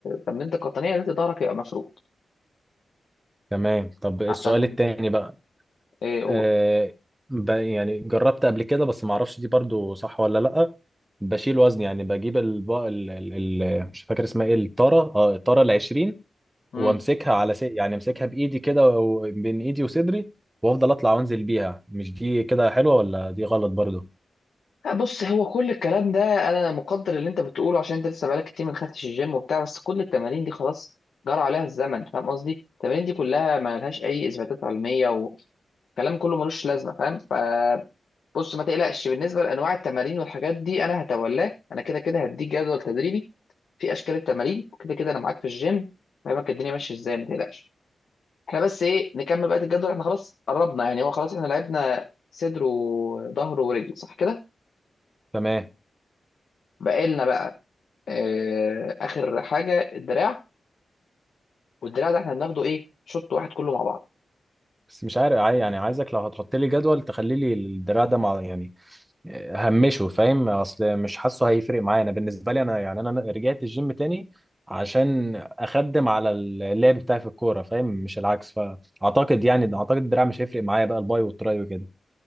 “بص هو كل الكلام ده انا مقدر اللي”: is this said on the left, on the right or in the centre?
Left